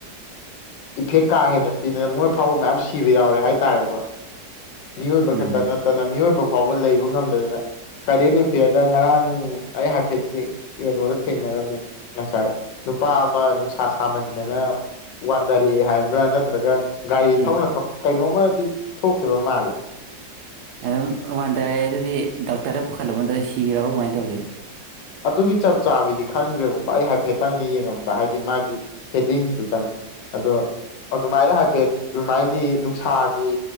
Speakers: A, on the left (about 75°); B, on the right (about 70°).
A: ꯏꯐꯦꯛ ꯀꯥ ꯍꯦꯟꯅ ꯄꯤꯅꯤꯅ ꯃꯣꯏ ꯐꯥꯎꯕ ꯃꯌꯥꯝ ꯁꯤꯕ ꯌꯥꯎꯔꯦ ꯍꯥꯏꯇꯥꯔꯦꯀꯣ ꯃꯤꯑꯣ ꯑꯣꯏꯕ
B: ꯎꯝ
A: ꯅꯠꯇꯅ ꯃꯤꯑꯣꯕ ꯐꯥꯎꯕ ꯂꯩꯕ ꯉꯝꯗꯗꯅ ꯀꯔꯦꯟ ꯑꯦꯐꯤꯌꯥꯔꯗ ꯉꯔꯥꯡ ꯑꯩ ꯍꯥꯏꯐꯦꯠ ꯀꯩꯅꯣꯗ ꯊꯦꯡꯅꯔꯝꯃꯤ ꯉꯁꯥꯏ ꯅꯨꯄꯥ ꯑꯃ ꯅꯨꯡꯁꯥ ꯁꯥꯃꯟꯗꯅ ꯋꯥꯟꯊꯔꯛꯑꯦ ꯍꯥꯏꯕ꯭ꯔꯥ ꯅꯠꯇ꯭ꯔꯒ ꯒꯥꯔꯤ ꯊꯧꯅ
B: ꯑꯦ
A: ꯀꯩꯅꯣꯝꯃ ꯑꯦ ꯊꯣꯛ ꯀꯦꯕ ꯃꯥꯂꯦ
B: ꯑꯗꯨꯝ ꯋꯥꯟꯊꯔꯛꯑꯦ ꯑꯗꯨꯗꯤ ꯗꯥꯛꯇꯔꯗ ꯄꯨꯈꯠꯂꯛꯄꯗ ꯁꯤꯈ꯭ꯔꯕ ꯀꯃꯥꯏꯅ ꯇꯧꯒꯦ
A: ꯑꯗꯨꯒꯤ ꯆꯞ ꯆꯥꯕꯤꯗꯤ ꯈꯪꯗ꯭ꯔꯦꯕꯀꯣ ꯑꯩ ꯍꯥꯏꯐꯦꯠꯇꯪꯅ ꯌꯦꯡꯉꯝꯕ ꯍꯥꯏꯗꯤ ꯃꯥꯒꯤ ꯍꯦꯗꯤꯡꯁꯇꯨꯇꯪ ꯑꯗꯣ ꯑꯗꯨꯃꯥꯏꯅ ꯍꯥꯏꯐꯦꯠ ꯑꯗꯨꯃꯥꯏꯗꯤ ꯅꯨꯡꯁꯥꯒꯤ